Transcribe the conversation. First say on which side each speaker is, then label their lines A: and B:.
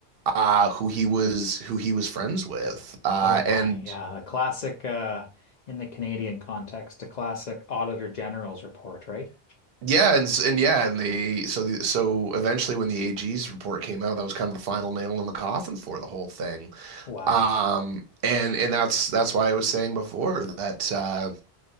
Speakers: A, on the right; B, on the left.
A: uh, who he was who he was friends with, uh,
B: Oh my,
A: and.
B: yeah, a classic uh, in the Canadian context, a classic Auditor General's report, right?
A: Yeah, and and yeah, and they so the, so eventually when the AG's report came out, that was kind of the final nail in the coffin for the whole thing.
B: Wow.
A: Um, and and that's that's why I was saying before that uh,